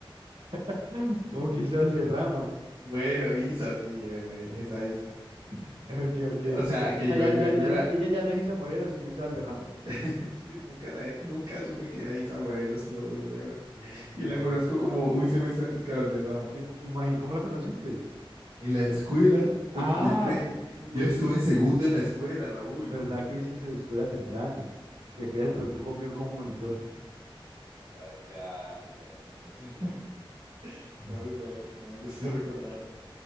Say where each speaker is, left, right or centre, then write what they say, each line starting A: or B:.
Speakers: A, on the right; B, on the right.
A: <laughs> Cómo que hizo Valderrama.
B: bueno, Isa, sí, bueno, e-
A: <laughs>
B: esa Isa.
A: Ok, ok,
B: O sea,
A: ok.
B: que
A: O
B: yo,
A: ya,
B: yo,
A: ya,
B: yo
A: ya
B: me
A: no-
B: la,
A: ella ya no es Isa Moreno, sino Isa Valderrama.
B: <laughs> Nunca sabía- nunca supe que era Isa Morelos, te lo juro, weón.
A: No.
B: Y la conozco como un semestre antes que Valderrama.
A: Em- imagi- ¿Cómo la conociste?
B: En la escuela, porque
A: Ah,
B: yo entré,
A: bu- bu-
B: yo estuve en segundo en la escuela, Raúl.
A: verdad que hice esa escuela temprano. Y después
B: ¿Ah?
A: ya se tocó conmigo como monitor.
B: Isa- Ay, bueno, no sé. <laughs>
A: <laughs>
B: No me gusta, no me gusta recordar